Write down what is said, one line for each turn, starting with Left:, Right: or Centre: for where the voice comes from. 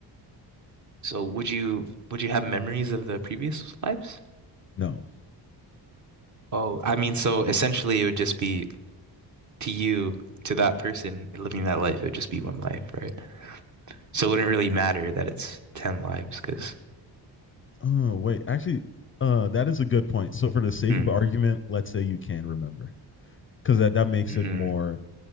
Right: So would you would you have memories of the previous lives?
Left: No.
Right: Oh, I mean, so essentially it would just be to you, to that person living that life, it would just be one life, right? So it wouldn't really matter that it's 10 lives because.
Left: Oh, wait. Actually, uh, that is a good point. So for the sake
Right: Mm,
Left: of argument, let's say you can remember. Because that, that makes
Right: hmm
Left: it more